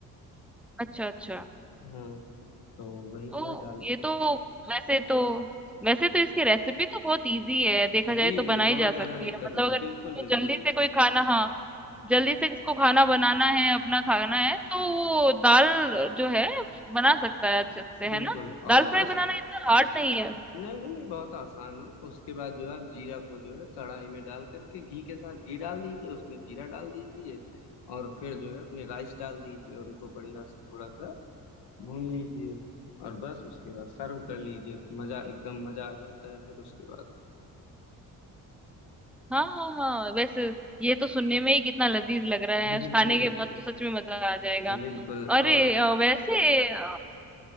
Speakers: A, in the centre; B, on the left.
A: अच्छा अच्छा
B: हाँ हाँ, तो वही
A: तो
B: जो है डाल
A: ये तो वैसे तो वैसे तो इसकी रेसिपी तो बहुत इजी है देखा जाए
B: जी
A: तो
B: जी
A: बनाई
B: बहुत
A: जा
B: ज्यादा
A: सकती
B: दिक्कत
A: है मतलब
B: नहीं
A: अगर
B: बिल्कुल
A: किसी
B: बिल्कुल
A: को जल्दी से कोई खाना हाँ जल्दी से किसको खाना बनाना है अपना खाना है तो वो दाल जो है बना सकता है अच्छे से
B: बिल्कुल
A: है ना
B: बिल्कुल
A: दाल
B: और
A: फ्राई
B: बस
A: बनाना इतना हार्ड नहीं है
B: नहीं नहीं नहीं बहुत आसान है उसके बाद जो है आप जीरा को जो है कढ़ाई में डाल करके घी के साथ घी डाल दीजिए उसमें जीरा डाल दीजिए और फिर जो है अपने राइस डाल दीजिए उनको बढ़िया से थोड़ा सा भून लीजिए और बस उसके बाद सर्व कर लीजिए तो मजा एकदम मजा आ जाता है फिर उसके बाद
A: हाँ हाँ हाँ वैसे ये तो सुनने में ही कितना लजीज लग रहा है
B: बिल्कुल
A: खाने के
B: बिल्कुल
A: बाद तो सच में मजा आ जाएगा
B: बिल्कुल
A: अरे
B: और
A: अ, वैसे अ,